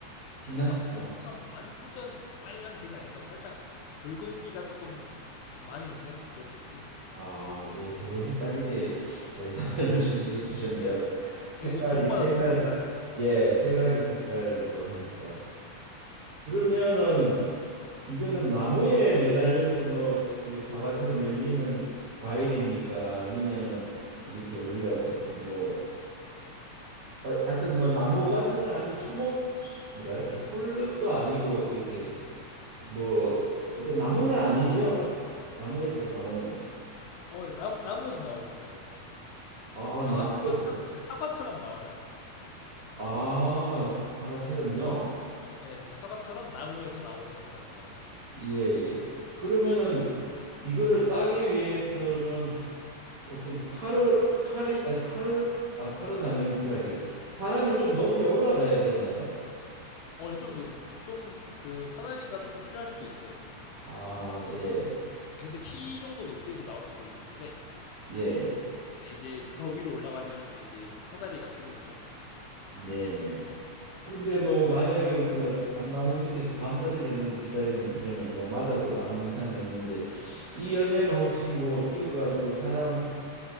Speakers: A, on the right (about 80°); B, on the left (about 90°).
A: 진한
B: 근데 막
A: 색깔.
B: 엄청 완전 빨간색이 아니라 살짝 붉은기가 조금 좀 많이 있는 그런 느낌?
A: 아, 예, 더 헷갈리게 예, 답변을
B: 네.
A: <laughs> 주시, 주셨네요.
B: 네.
A: 색깔이
B: 이건 종마다
A: 세 가지,
B: 좀 달라요.
A: 예, 세 가지 색깔이고 하니까 그러면은 이거는 나무에 매달려서 뭐 이렇게 사과처럼 열리는 과일입니까? 아니면은 이렇게 우리가 뭐 어떻게 뭐그 하여튼 뭐 나무 같은 건 아니고 초목 뭐랄까 풀도 아니고 이렇게 뭐 어때 나무는 아니죠? 나무에서 나오는
B: 어, 나, 나무에서 나오는 거예요.
A: 아
B: 약간
A: 나무에서
B: 사과처럼, 네, 사과처럼 나와요.
A: 아 사과처럼요.
B: 네, 그러니까 사과처럼 나무에서 나오는 그런 과일이에요.
A: 예예. 그러면은 이거를 따기 위해서는 어떻게 칼을 칼이 아, 칼 아, 칼은 당연히 필요하겠네. 사람이 좀 높이 올라가야 되나요?
B: 어, 좀 높, 좀그 사다리가 조금 필요할 수도 있어요.
A: 아 예.
B: 근데 키 정도 높이에서 나올 수도 있는데
A: 예. 예.
B: 이제 더 위로 올라가면 이제 사다리가 필요하죠.
A: 네 네. 그런데 뭐 만약에 우리가 감나무 밑에서 감 떨어지는 거 기다리면은 뭐 맞아도 아무 이상이 없는데 이 열매는 혹시 뭐 익어 가지고 사람한테